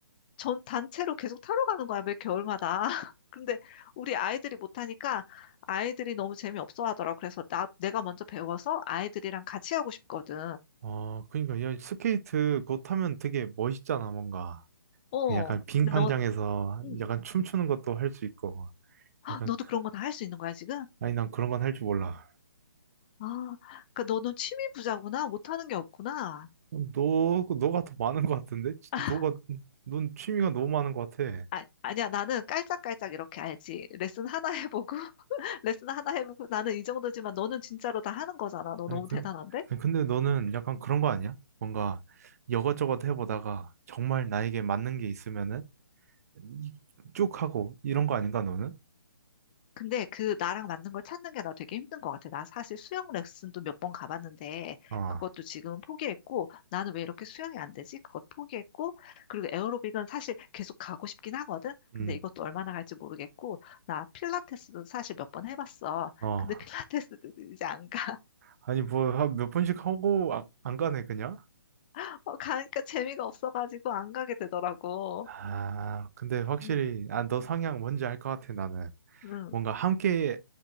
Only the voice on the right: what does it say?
어, 그러니까, 야, 스케이트 그거 타면 되게 멋있잖아, 뭔가.
약간 빙판장에서
약간 춤추는 것도 할 수 있고.
약간,
그-
아니, 난 그런 건 할 줄 몰라.
너, 그, 너가 더 많은 것 같은데?
너가, 넌 취미가 너무 많은 것 같아.
아니,
근,
아니, 근데 너는 약간 그런 거 아니야? 뭔가 여것저것 해보다가 정말 나에게 맞는 게 있으면은 이- 쭉 하고 이런 거 아닌가, 너는?
어,
음,
어.
아니, 뭐, 한몇 번씩 하고 아- 안 가네, 그냥?
아, 근데 확실히,
아, 너 성향 뭔지 알 것 같아, 나는.
뭔가 함께